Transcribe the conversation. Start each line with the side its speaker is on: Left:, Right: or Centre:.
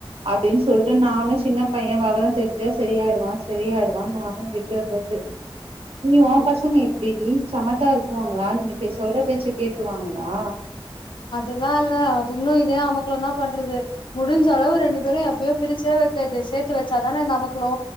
Right: அப்டின் சொல்ட்டு நானு சின்ன பையன் வெவரம் தெரிஞ்சா சரியாயிடுவா சரியாயிடுவா நானு விட்டறது நீ ஓ
Left: விட்ரு
Right: பசங்க எப் டிடி சமத்தா இருக்குவாங்களா நீங்க பே சொல்ற பேச்ச கேட்ருவாங்களா
Left: அதுலா இல்ல அதுங்லு இதே அமர்க்களோ தா பண்றது முடிஞ்சளவு ரெண்டு பேரு எப்பயு பிரிச்சே வைக்கது சேத்து வச்சாதானே இந்த அமக்களோ